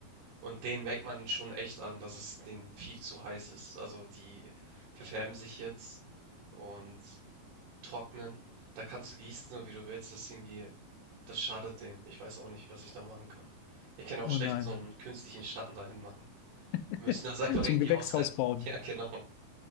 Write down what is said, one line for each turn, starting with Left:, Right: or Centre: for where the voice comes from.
Right: Und den merkt man schon echt an, dass es denen viel zu heiß ist. Also die verfärben sich jetzt und trocknen. Da kannst du gießen, so wie du willst. Das ist irgendwie, das schadet denen. Ich weiß auch nicht, was ich da machen kann. Ich kann auch
Left: Oh
Right: schlecht
Left: nein,
Right: so einen künstlichen Schatten dahin machen.
Left: <laughs>
Right: Wir müssen das einfach irgendwie
Left: zum Gewächshaus
Right: aushalten.
Left: bauen.
Right: <laughs> Ja, genau.